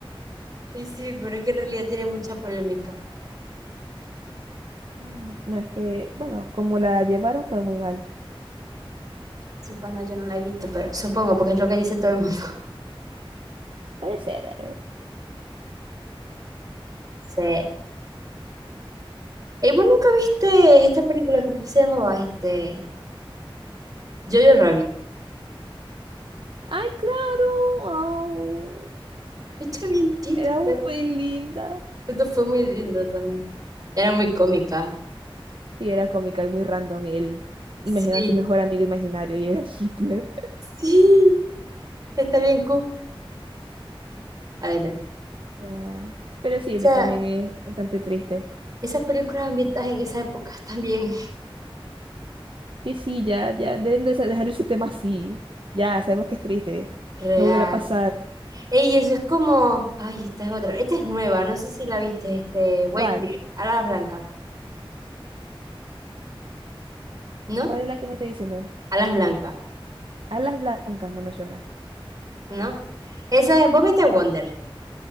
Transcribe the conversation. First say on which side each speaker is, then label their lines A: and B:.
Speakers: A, on the right; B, on the right.
A: Y sí, pero es que en realidad tiene mucha polémica.
B: Mm, No, es que, bueno, como la llevaron fue muy mal.
A: Sí, pues no, yo no la he visto, pero supongo, porque es lo que dice todo el mundo. <laughs>
B: Puede ser, a ver.
A: Sí. ¿Y vos nunca viste esta película? ¿Cómo que se llamaba? Este... Jojo Rabbit.
B: ¡Ay, claro! au,
A: Esto es bien chiste,
B: Era
A: pero...
B: muy linda.
A: Esto fue muy lindo también. Era muy cómica.
B: Sí, era cómica y muy random él.
A: Sí,
B: Imagina a su mejor amigo imaginario y era <laughs> Hitler.
A: sí. Está bien cool. A ver. O
B: Ya. Pero sí,
A: sea,
B: me- también es es bastante triste.
A: esas películas ambientadas en esa época <laughs> también.
B: Que sí, ya, ya, deben de sa- dejar ese tema así. Ya, sabemos que es triste.
A: Real.
B: No volverá a pasar.
A: Ey, eso es como. Ay, esta es otra. Esta es nueva, no sé si la viste, este, Whitebeard,
B: ¿Cuál?
A: Alas Blancas, ¿no?
B: ¿Cuál es la que me está diciendo?
A: Alas Blancas,
B: Alas blancas, no me suena.
A: ¿no? Esa es, ¿vos viste Wonder?